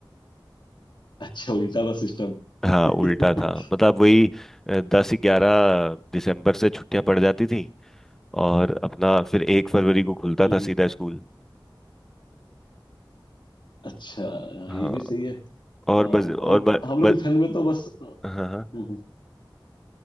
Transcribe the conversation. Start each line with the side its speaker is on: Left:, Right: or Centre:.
Left: अच्छा उल्टा था सिस्टम
Centre: हाँ
Left: <laughs>
Centre: उल्टा था मतलब वही दस ग्यारह दिसंबर से छुट्टियां पड़ जाती थी और अपना फिर एक फरवरी को खुलता
Left: हम्म
Centre: था सीधा स्कूल
Left: अच्छा हाँ,
Centre: हाँ
Left: ये भी सही है अ,
Centre: और मज और
Left: हम
Centre: म,
Left: हम लोग
Centre: म,
Left: की ठंड में तो बस हम्म,
Centre: हाँ हाँ
Left: हम्म।